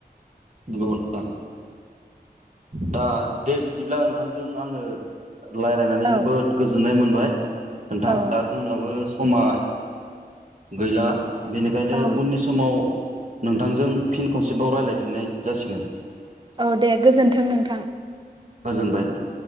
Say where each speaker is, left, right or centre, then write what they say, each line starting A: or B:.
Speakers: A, on the right; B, on the right.
A: नंगौ नोंथां। दा दे बिदिब्ला नोंथांजों आङो रायलायनानै
B: औ
A: जोबोद गोजोननाय मोन बाय। खोनथा
B: औ
A: दा जोंनाबो स समा गैला बेनिखायनो
B: औ
A: उननि समाव नोंथांजों फिन खनसे बाव रायलायफिननाय जासिगोन।
B: औ दे गोजोन्थों नोंथां।
A: गोजोनबाय दे।